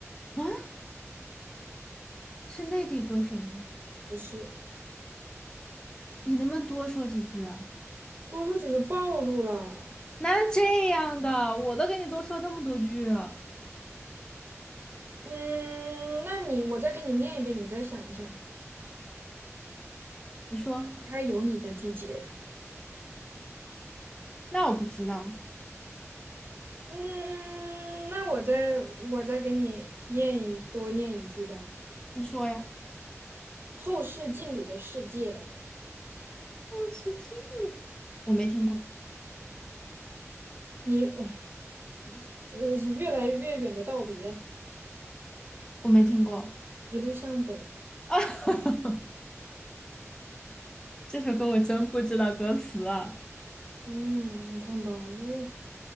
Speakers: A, on the left (about 15°); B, on the right (about 45°).
A: 啊，是内地歌手吗？
B: 不是，
A: 你能不能多说几句啊？
B: 多说只是暴露了。
A: 哪有这样的？我都给你多说那么多句了，
B: 嗯，那你我再给你念一遍，你再想一下，
A: 你说。
B: 离开有你的季节。
A: 那我不知道，
B: 嗯，那我再我再给你念一多念一句吧。
A: 你说呀。
B: 后视镜里的世界，
A: 我是金，我没听过，
B: 你呃越来越远的道别，
A: 我没听过
B: 一路向北。
A: 啊。<laughs> 这首歌我真不知道歌词啊。
B: 嗯，你看吧，这